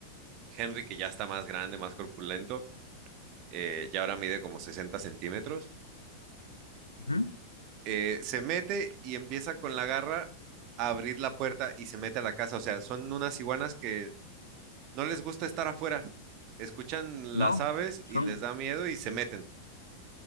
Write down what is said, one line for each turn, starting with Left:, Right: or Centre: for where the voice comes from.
Right: Henry, que ya está más grande, más corpulento, eh, ya ahora mide como 60 centímetros,
Left: ujú.
Right: eh, se mete y empieza con la garra a abrir la puerta y se mete a la casa. O sea, son unas iguanas que no les gusta estar afuera. Escuchan
Left: No,
Right: las aves y
Left: son
Right: les da miedo y se meten.